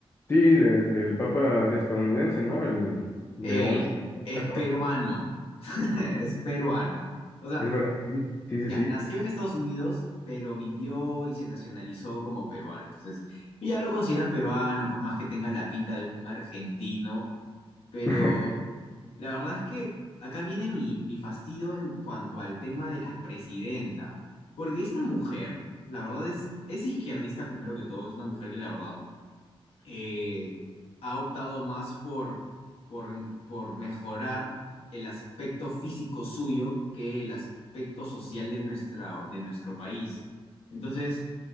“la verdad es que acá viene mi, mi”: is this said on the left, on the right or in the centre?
Left